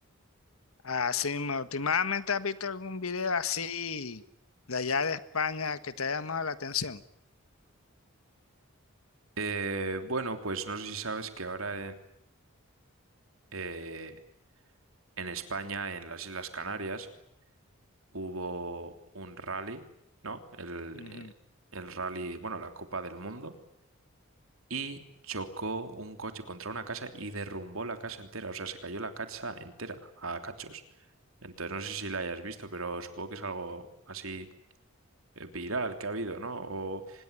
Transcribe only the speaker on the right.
Eh, bueno, pues no sé si sabes que ahora eh, en España, en las Islas Canarias, hubo un rally, ¿no? El,
eh, el rally, bueno, la Copa del Mundo, y chocó un coche contra una casa y derrumbó la casa entera, o sea, se cayó la casa entera a cachos. Entonces, no sé si la hayas visto, pero supongo que es algo así eh, viral que ha habido, ¿no? O,